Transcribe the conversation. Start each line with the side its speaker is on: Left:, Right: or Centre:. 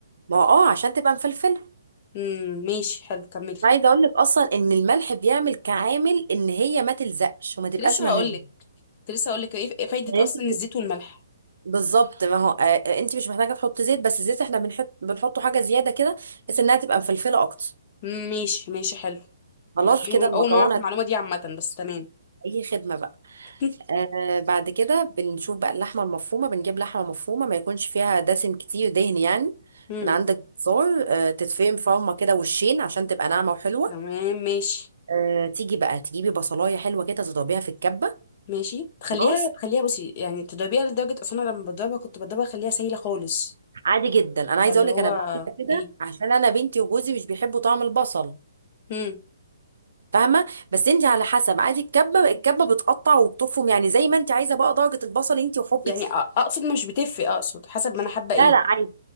Right: ما هو اه عشان تبقى مفلفله
Left: امم ماشي حلو كملي
Right: كنت عايزه اقول لك اصلا ان الملح بيعمل كعامل ان هي ما تلزقش وما تبقاش
Left: كنت لسه
Right: مهريه
Left: هقول لك كنت لسه هقول لك ايه فايدة
Right: يعني
Left: اصلا
Right: انت
Left: الزيت والملح
Right: بالظبط ما هو آه، آه، انت مش محتاجه تحطي زيت بس الزيت احنا بنحط بنحطه حاجه زياده كده بحيث انها تبقى مفلفله اكتر
Left: مم، ماشي ماشي حلو
Right: خلاص
Left: أنا
Right: كده
Left: اول
Right: المكرونه
Left: أول ما اعرف المعلومة دي عامة بس تمام
Right: اي خدمه بقى
Left: <laughs>
Right: آه بعد كده بنشوف بقى اللحمه المفرومه بنجيب لحمه مفرومه ما يكونش فيها دسم كتير دهن يعني
Left: امم
Right: من عندك بزار آه تتفرم فرمه كده وشين عشان تبقى ناعمه وحلوه
Left: تمام ماشي
Right: آه تيجي بقى تجيبي بصلايه حلوه كده تضربيها في الكبه
Left: ماشي تخليها
Right: خلاص
Left: تخليها بصي يعني تضربيها لدرجة اصلا أنا لما بضربها كنت بضربها اخليها سايلة خالص
Right: عادي جدا انا عايزه
Left: فاللي
Right: اقول
Left: هو
Right: لك انا بعملها كده
Left: ايه
Right: عشان انا بنتي وجوزي مش بيحبوا طعم البصل
Left: امم
Right: فاهمه بس انت على حسب عادي الكبه الكبه بتقطع وبتفرم يعني زي ما انت عايزه بقى درجه البصل انت وحبك
Left: يعني أ-
Right: ليه
Left: اقصد مش بتفرق اقصد حسب ما انا حابة ايه
Right: لا لا عادي